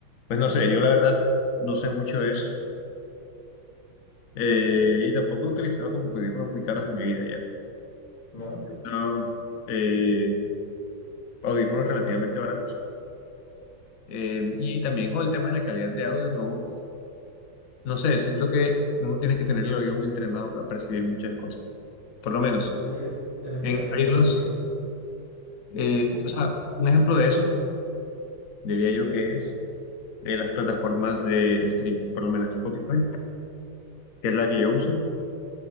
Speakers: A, on the left; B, on the left.
A: Pues no sé, yo la verdad no sé mucho de eso eh, y tampoco he utilizado como audífonos muy caros en mi vida, ¿ya?
B: no,
A: No, eh, audífonos relativamente baratos. Eh, y también con el tema de la calidad de audio, no, no sé, siento que uno tiene que tener el oído muy entrenado para percibir muchas cosas. Por lo menos,
B: es que eso
A: en,
B: te voy a preguntar,
A: hay dos,
B: es que es,
A: eh,
B: dime,
A: o sea, un ejemplo de eso diría yo que es eh, las plataformas de stream, por lo menos Spotify, que es la que yo uso,